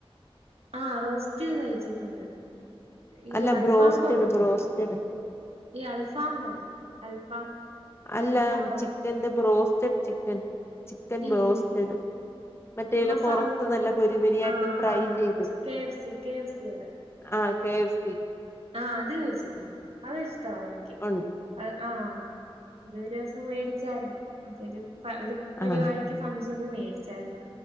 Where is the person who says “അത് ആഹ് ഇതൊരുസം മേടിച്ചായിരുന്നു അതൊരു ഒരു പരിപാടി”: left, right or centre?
Right